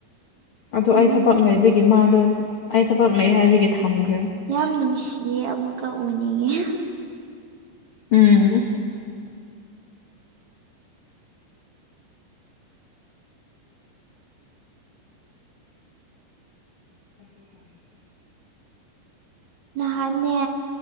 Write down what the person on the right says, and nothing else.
ꯎꯝ
ꯌꯥꯝ ꯅꯨꯡꯁꯤꯌꯦ ꯑꯃꯨꯛꯀ ꯎꯅꯤꯡꯉꯦ
ꯅꯍꯥꯟꯅꯦ